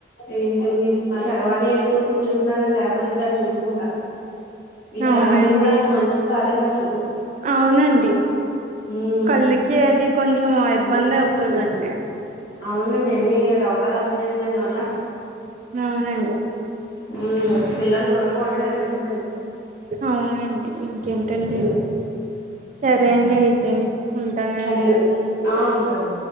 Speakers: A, on the left; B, on the right.
A: ఏంటండి ఆ చరవాణి వేసుకని కూర్చుంటున్నారుడి లేకపోతే దాన్ని చూసుకుంటా. ఈ చరవాణిలు
B: అవునండి
A: కూడా అంత మంచిది కాదండి అసలు
B: అవునండి
A: ఉమ్
B: కళ్ళకి అది కొంచెం ఇబ్బంది అవుతుందండి
A: అవునండి ఎన్ని రోగాలు వస్తున్నాయండి దానివల్ల
B: అవునండి
A: ఉ పిల్లలు దూరంగా ఉండడమే మంచిదండి
B: అవునండి ఇంకేంటండి
A: ఉమ్
B: సరే అండి అయితేని ఉంటానండి
A: సరే ఆ ఉంటాను